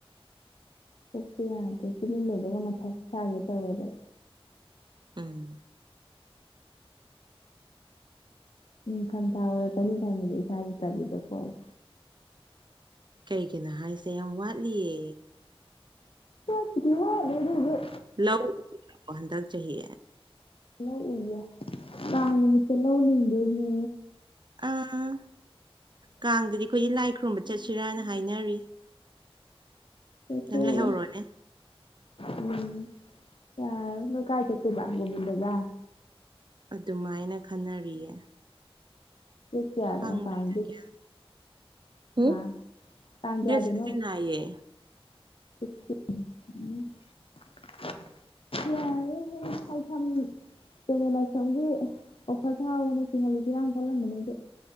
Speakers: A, on the left (about 65°); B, on the right (about 50°).
A: ꯀꯣꯛꯁꯨ ꯌꯥꯗ꯭ꯔꯦ <unintelligible> ꯂꯧꯕꯒ ꯃꯊꯥ ꯁꯥꯥꯒꯦ ꯇꯧꯋꯦꯕ
B: ꯎꯝ
A: ꯅꯤꯡꯊꯝꯊꯥ ꯑꯣꯏꯔꯛꯀꯅꯤ <unintelligible> ꯏꯁꯥꯁꯦ ꯇꯜꯂꯤꯗꯀꯣ ꯑꯩ
B: ꯀꯩꯒꯤꯅꯣ ꯍꯥꯏꯁꯦ ꯌꯥꯝ ꯋꯥꯠꯂꯤꯌꯦ
A: ꯋꯥꯠꯄꯨꯗꯤ ꯋꯥꯠꯂꯤ ꯑꯗꯨ ꯑꯣꯏꯖꯨ
B: ꯂꯧ <inaudible> ꯍꯟꯗꯛ ꯆꯍꯤ
A: ꯂꯧ ꯎꯏꯌꯦ ꯀꯥꯡ ꯅꯨꯃꯤꯠꯇ ꯂꯧ ꯂꯤꯡꯗꯣꯏꯅꯦ
B: ꯑꯥ ꯀꯥꯡꯗꯗꯤ ꯑꯩꯈꯣꯏꯗꯤ ꯂꯥꯏ ꯈꯨꯔꯨꯝꯕ ꯆꯠꯁꯤꯔꯥꯅ ꯍꯥꯏꯅꯔꯤ
A: ꯆꯠꯊꯣꯛꯎꯔꯣ
B: ꯅꯪ ꯂꯩꯍꯧꯔꯣꯅꯦ
A: ꯎꯝ ꯌꯥꯔ ꯅꯣꯏ ꯀꯥꯏ ꯆꯠꯇꯣꯏꯕ ꯒꯣꯕꯤꯟꯗꯗ
B: ꯑꯗꯨꯃꯥꯏꯅ ꯈꯟꯅꯔꯤꯌꯦ
A: <unintelligible> ꯀꯌꯥꯗꯅꯣ
B: ꯈꯪꯗ꯭ꯔꯦꯗ
A: <unintelligible>
B: ꯒ꯭ꯌꯥꯟ ꯍꯨꯝ
A: ꯍꯥꯥ ꯇꯥꯡ ꯀꯌꯥꯗꯅꯣ
B: ꯗꯦꯠ ꯁꯤꯛꯁꯇꯤꯟ ꯍꯥꯏꯌꯦ
A: <unintelligible>
B: <inaudible>
A: ꯌꯥꯔꯔꯣꯏ <unintelligible> <unintelligible> ꯂꯥꯏꯁꯝꯒꯤ ꯑꯣꯐꯔ ꯊꯥꯍꯧꯕꯅꯦ ꯇꯤꯡꯍꯜꯂꯨꯁꯤꯔꯥꯅ ꯈꯜꯂꯝꯕꯅꯦ ꯑꯗꯨ